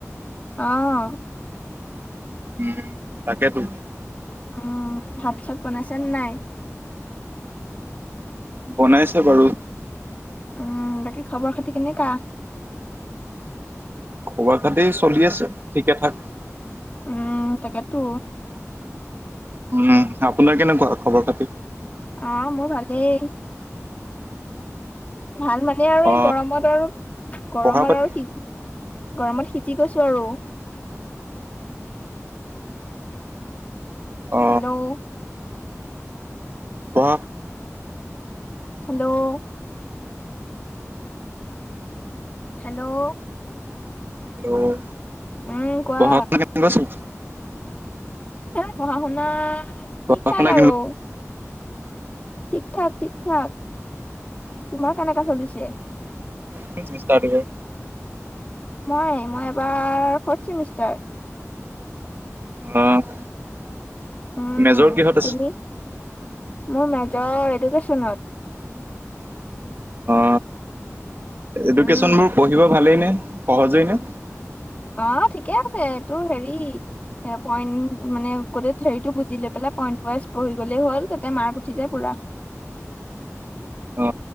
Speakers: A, on the left; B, on the right.
A: আহ
B: উম তাকে তো
A: অ ভাত চাত বনাইছেনে নাই
B: বনাইছো বাৰু
A: উম বাকী খবৰ খাতি কেনেকাা
B: খবৰ খাতি চলি আছে ঠিকে থাক
A: উম তাকেতো
B: উম আপোনাৰ কেনেকুৱা খবৰ খাতি
A: অ মোৰ ভালেই ভাল মানে আৰু এই
B: অ
A: গৰমত আৰু গৰমত
B: পঢ়া পাতি
A: আৰু সিজি গৰমত সিজি গৈছো আৰু
B: অ
A: হেল্ল'
B: পঢ়া
A: হেল্ল' হেল্ল'
B: হেল্ল',
A: উম কোৱা
B: পঢ়া শুনা কেনেকুৱা চলিছে
A: পঢ়া শুনা
B: পঢ়া
A: ঠিক থাক
B: শুনা
A: আৰু ঠিক ঠাক ঠিক ঠাক তোমাৰ কেনেকা চলিছে
B: কি বিস্তাৰ দিব
A: মই মই এবাৰ ফৰ্থ চেমিষ্টাৰ
B: অহ
A: উম
B: মেজৰ কিহত
A: তুমি
B: আছে
A: মোৰ মেজৰ এডুকেচনত
B: অ এডুকেশ্যনবোৰ
A: উম
B: পঢ়িব ভালেই নে সহজেই নে
A: অ ঠিকে আছে তোৰ হেৰি সে পইণ্ট মানে গোটেই থেৰিটো বুজি লৈ পেলাই পইন্ট ৱাইজ পঢ়ি গলেই হ'ল তাতে মাৰ্ক উঠি যায় পুৰা <unintelligible>
B: অ